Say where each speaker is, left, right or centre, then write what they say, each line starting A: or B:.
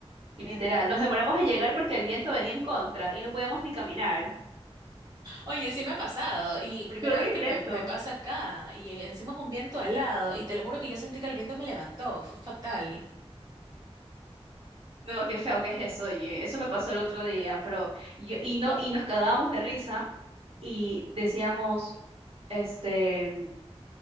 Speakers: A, on the right; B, on the right.
A: Qué
B: Literal,
A: desgracia.
B: nos demoramos en llegar porque el viento venía en contra y no podíamos ni caminar.
A: Oye, sí me ha pasado, y primera
B: Qué horrible
A: vez que me,
B: eso.
A: me pasa acá, y encima es un viento alado, y te lo juro que yo sentí que el viento me levantó, fue fatal.
B: No, qué feo que es eso, oye. Eso me pasó el otro día, pero yo, y no, y nos cagábamos de risa y decíamos, este,